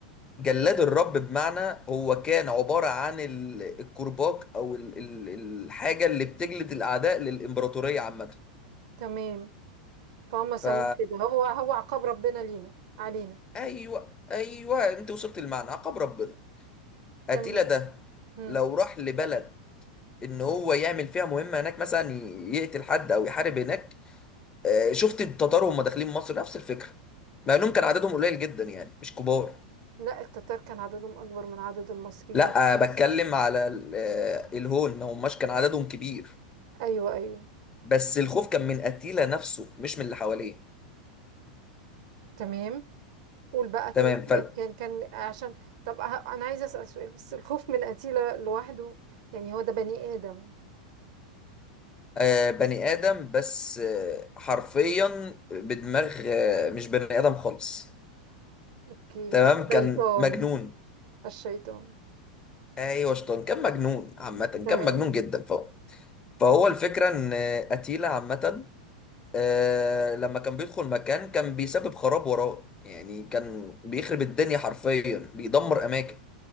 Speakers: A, on the left; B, on the right.
A: جلاد الرب بمعنى هو كان عبارة عن ال- الكرباج او ال- ال- الحاجة اللي بتجلد الاعداء للامبراطورية عامة
B: تمام فهم سموه
A: فا
B: كده هو هو عقاب ربنا لينا علينا
A: ايوه ايوه انت وصلت المعنى عقاب ربنا
B: تمام
A: اتيلا ده
B: مم.
A: لو راح لبلد ان هو يعمل فيها مهمه هناك مثلا ي- يقتل حد او يحارب هناك آه، شفت التتار وهم داخلين مصر نفس الفكره مع انهم كان عددهم قليل جدا يعني مش كبار
B: لا التتار كان عددهم اكبر من عدد المصريين
A: لا آه، بتكلم على ال- آه، الهون ما هماش كان عددهم كبير
B: ايوه ايوه
A: بس الخوف كان من اتيلا نفسه مش من اللي حواليه
B: تمام قول بقى تاني
A: تمام فال
B: كان كان عشان طب أه- انا عايزه اسال سؤال بس الخوف من قتيله لوحده يعني هو ده بني ادم
A: آه، بني ادم بس آه، حرفيا بدماغ آه، مش بني ادم خالص
B: اوكي
A: تمام
B: الشيطان
A: كان مجنون
B: الشيطان
A: ايوه شطان كان مجنون عامه كان
B: تمام
A: مجنون جدا فهو فهو الفكرة إن أتيلا عامة آه، لما كان بيدخل مكان كان بيسبب خراب وراه يعني كان بيخرب الدنيا حرفيا بيدمر أماكن